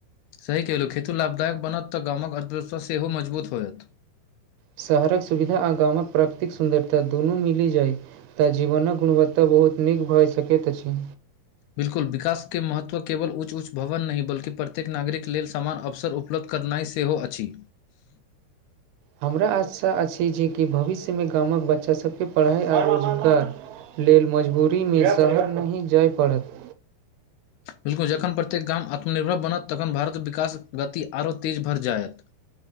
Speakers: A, on the left; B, on the right.
A: सही कहलहुँ, खेती लाभदायक बनत तऽ गामक अर्थव्यवस्था सेहो मजबूत होयत।
B: शहरक सुविधा आ गामक प्राकृतिक सुन्दरता दुनू मिलि जाइत तॅं जीवनक गुणवत्ता बहुत नीक भऽ सकैत अछि।
A: बिल्कुल विकासके महत्व केवल ऊॅंच-ऊॅंच भवन नहि बल्कि प्रत्येक नागरिकक लेल समान अवसर उप -लब्ध करनाइ सेहो अछि।
B: हमरा आशा अछि जे कि भविष्यमे गामक बच्चा सभके पढ़ाइ आ रोजगार लेल मजबूरीमे शहर नहि जाय पड़त
A: बिल्कुल जखन प्रत्येक गाम आत्मनिर्भर बनत तखन भारतक विकासक गति आरो तेज भरि जायत